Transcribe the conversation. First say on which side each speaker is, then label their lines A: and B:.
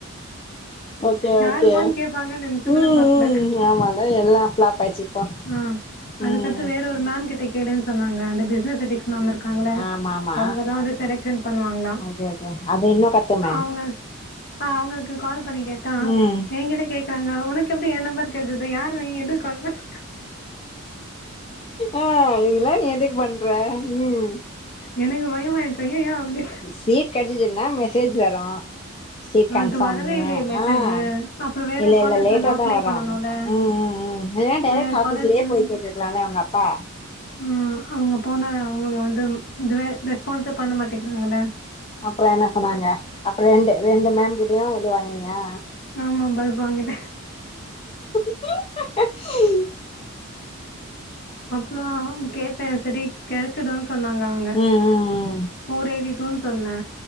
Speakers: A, on the left (about 25°); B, on the left (about 50°).
A: ஓகே -ஓகே
B: யாரும்மான்னு கேட்பாங்கன்னு நினைச்சு
A: உம்
B: கூட பார்க்கல.
A: உம் ஆமால எல்லாம் ஃப்ளாப் ஆயச்சுப்போ
B: ஆ அதுக்கடுத்து
A: உம்
B: வேற ஒரு கிட்ட கேளு ன்னக்கா அந்த பிஸிஸ்னேஸ்
A: ஆமா ஆமா
B: அவங்க தா செலக்சன் பண்ணுவாங்கள
A: ஓகே ஓகே அது இன்னு கத்துமே
B: அவங்க ஆஹ் அவங்களுக்கு கால் ப் பண்ணி கேட்டா
A: ம்
B: நீ் இத கேட்க்க ங்க உனக்கு எப்படி என் நம்பர் இருது யாரு எதுக்க கவ்த்
A: ஆஹ் இதெல்லாம் எதுக் பண்ற உம்
B: எனக்கு பயம்மா அய்யாயோ அப்படி
A: சீட் கிடைச்சுச்ன்னா மெசேஜ் வரும் சீட் கன்ஃபாம்
B: அது வரவே இல்லையே மெசேஜு
A: ஆஹ்
B: அப்புறோ வேற
A: இல்ல
B: காலேஜ்லல்லா
A: இல்ல லேட்டா
B: அப்ளை
A: தான் வரும்
B: பண்ணனுல்ல
A: ஹம் உ உம் லேட்டைரக்ட்
B: வேற
A: ஆபீஸ்லயே
B: காலேஜ்ல
A: போய் கேட்டுருக்கலாம் இல உங்க அப்பா
B: ம் அவங்க போன அவங்க வந்துரனும் இதுவே ரெஸ்பான்ஸ் பண்ண மாட்டே கோக்குதுங்களா
A: அப்புறம் என்ன சொன்னாங்க அப்புறம் ரெண்டு ரெண்டு மேம்கிட்டயும் இது வாங்கினியா
B: ஆம்மா பல்புவங்கிட்டோ
A: உ ம் ஹ ஹ ஹி
B: அப்பளம் கேட்டேன் சரி கிடைச்சுடும் த் சொன்னாங்க அவங்க
A: ம் ம்
B: ஊரேதி யோன் சொன்னா